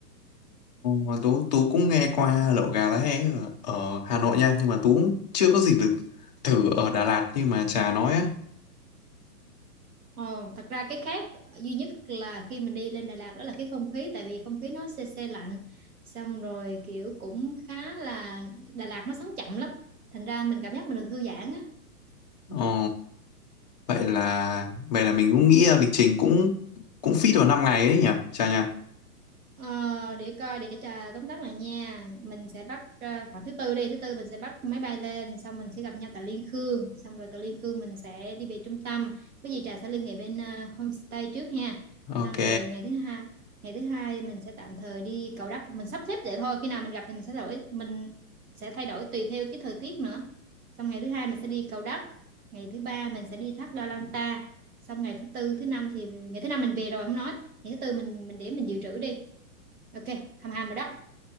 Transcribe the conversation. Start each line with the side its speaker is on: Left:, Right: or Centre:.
Left: ờ, Tú Tú cũng nghe qua lẩu gà lá é ở, ở Hà Nội nha nhưng mà Tú cũng chưa có dịp được thử ở Đà Lạt như mà Trà nói á
Right: Ồ, thật ra cái khác duy nhất là khi mình đi lên Đà Lạt đó là cái không khí tại vì không khí nó se se lạnh xong rồi kiểu cũng khá là Đà Lạt nó sống chậm lắm thành ra mình cảm giác mình được thư giãn á
Left: ờ Vậy là vậy là mình cũng nghĩ là lịch trình cũng cũng fit vào 5 ngày ấy nhỉ, chà nhỉ.
Right: Ờ, để coi để trà tóm tắt lại nha mình sẽ bắt ờ, khoảng thứ tư đi thứ tư mình sẽ bắt máy bay lên xong mình sẽ gặp nhau tại Liên Khương xong rồi từ Liên Khương mình sẽ đi về trung tâm cái gì trà sẽ liên hệ bên ờ, homestay trước ha
Left: Ok.
Right: xong rồi ngày thứ hai ngày thứ hai mình sẽ tạm thời đi Cầu Đất mình sắp xếp vậy thôi khi nào mình gặp thì mình sẽ thay đổi mình sẽ thay đổi tùy theo cái thời tiết nữa xong ngày thứ hai mình sẽ đi Cầu Đất ngày thứ ba mình sẽ đi thác Đa Lan Ta xong ngày thứ tư thứ năm thì ngày thứ năm mình về rồi không nói ngày thứ tư mình mình để mình dự trữ đi Ok, hầm hầm rồi đó.